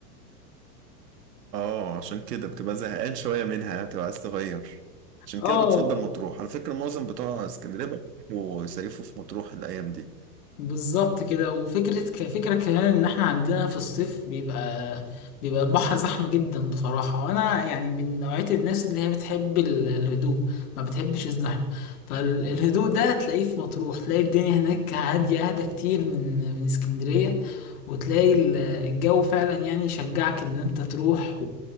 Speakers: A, on the right; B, on the left.
A: اه عشان كده بتبقى زهقان شوية منها بتبقى عايز تغير عشان
B: اه
A: كده بتفضل مطروح على فكرة معظم بتوع اسكندرية بيحبوا يصيفوا في مطروح الأيام دي
B: بالظبط كده وفكرة كفكرة كمان ان احنا عندنا في الصيف بيبقى بيبقى البحر زحمة جدا بصراحة وانا يعني من نوعية الناس اللي هي بتحب ال- الهدوء ما بتحبش الزحمة فالهدوء ده تلاقيه في مطروح تلاقي الدنيا هناك هادية اهدى كتير من من اسكندرية وتلاقي ال- الجو فعلا يعني يشجعك ان انت تروح